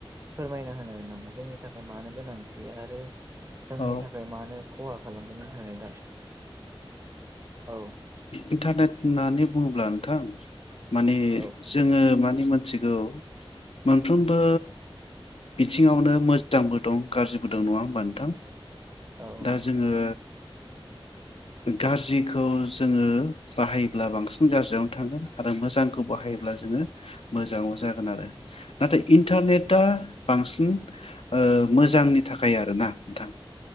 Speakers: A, on the right; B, on the left.
A: फोरमायना होनांगोन नामा जोंनि थाखाय मानो गोनांथि आरो। जोंनि
B: औ
A: थाखाय मानो खहा खालामदों। दा औ।
B: इन्टारनेट होननानै बुङोब्ला नोंथां माने
A: औ
B: जोङो मानो मोनथिगौ मोनफ्रोमबो बिथिङावनो मोजांबो दं गाज्रिबो दं नङा होमबा नोंथां?
A: औ
B: दा
A: नंगौ
B: जोङो गाज्रिखौ जोङो बाहायोब्ला बांसिन गाज्रियावनो थांगोन आरो मोजांखौ बाहायोब्ला जोङो मोजाङाव जागोन आरो नाथाय इन्टारनेटआ बांसिन ओ मोजांनि थाखाय आरोना नोंथां।